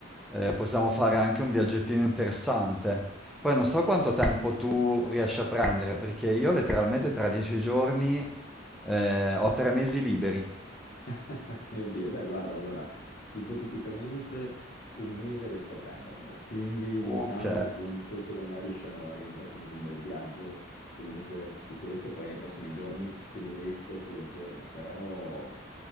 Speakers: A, in the centre; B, on the left (about 50°).
A: eh, possiamo fare anche un viaggettino interessante. Poi non so quanto tempo tu riesci a prendere, perché io letteralmente tra dieci giorni... Eh, ho tre mesi liberi.
B: <laughs> Mio Dio, beh, guarda, allora, ipoteticamente un mese riesco a prendermelo, quindi
A: Ok,
B: intanto appunto secondo me riusciamo a organizzare comunque un bel viaggio comunque su questo, poi nei prossimi giorni se dovesse ti aggiorno, però,